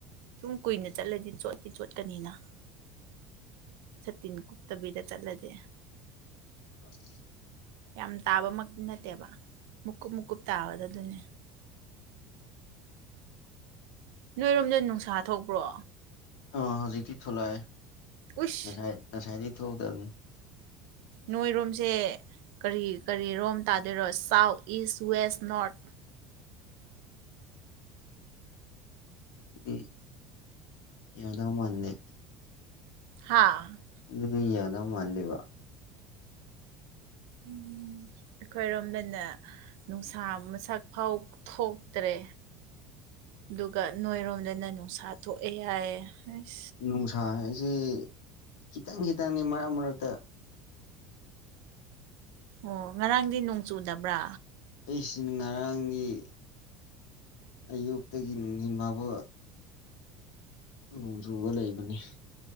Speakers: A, on the right; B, on the left.
A: ꯁꯨꯝ ꯀꯨꯏꯅ ꯆꯠꯂꯗꯤ ꯆꯣꯠꯇꯤ ꯆꯣꯠꯀꯅꯤꯅ ꯁꯇꯤꯟ ꯀꯨꯞꯇꯕꯤꯗ ꯆꯠꯂꯗꯤ
B: <inaudible>
A: ꯌꯥꯝ ꯇꯥꯕꯃꯛꯇꯤ ꯅꯠꯇꯦꯕ ꯃꯨꯀꯨꯞ ꯃꯨꯀꯨꯞ ꯇꯥꯕꯗ ꯑꯗꯨꯅꯦ ꯅꯣꯏꯔꯣꯝꯗꯤ ꯅꯨꯡꯁꯥ ꯊꯣꯛꯄ꯭ꯔꯣ
B: ꯑꯥ ꯍꯧꯖꯤꯛꯇꯤ ꯊꯣꯛꯂꯛꯑꯦ
A: ꯎꯏꯁ
B: ꯉꯁꯥꯏ ꯉꯁꯥꯏꯗꯤ ꯊꯣꯛꯗꯕꯅꯤ
A: ꯅꯣꯏꯔꯣꯝꯁꯦ ꯀꯔꯤ ꯀꯔꯤꯔꯣꯝ ꯇꯥꯗꯣꯏꯔꯣ ꯁꯥꯎꯠ ꯏꯁ ꯋꯦꯁ ꯅꯣꯔꯠ
B: ꯑꯗꯨꯗꯤ ꯌꯥꯗꯧ ꯃꯥꯟꯗꯦ
A: ꯍꯥꯥ
B: ꯑꯗꯨꯗꯤ ꯌꯥꯗꯧ ꯃꯥꯟꯗꯦꯕ
A: ꯎꯝ ꯑꯩꯈꯣꯏꯔꯣꯝꯗꯅ ꯅꯨꯡꯁꯥ ꯃꯁꯛ ꯐꯥꯎ ꯊꯣꯛꯇ꯭ꯔꯦ ꯑꯗꯨꯒ ꯅꯣꯏꯔꯣꯝꯗꯅ ꯅꯨꯡꯁꯥ ꯊꯣꯛꯑꯦ ꯍꯥꯏꯌꯦ ꯍꯩꯁ
B: ꯅꯨꯡꯁꯥ ꯍꯥꯏꯁꯤ ꯈꯤꯇꯪ ꯈꯤꯇꯪꯅꯤ ꯃꯔꯛ ꯃꯔꯛꯇ
A: ꯑꯣ ꯉꯔꯥꯡꯗꯤ ꯅꯣꯡ ꯆꯨꯗꯕ꯭ꯔꯥ
B: ꯑꯩꯁꯤ ꯉꯔꯥꯡꯒꯤ ꯑꯌꯨꯛꯇꯒꯤ ꯅꯨꯡꯗꯤꯟ ꯕꯥꯎꯕ ꯅꯣꯡ ꯆꯨꯕ ꯂꯩꯕꯅꯤ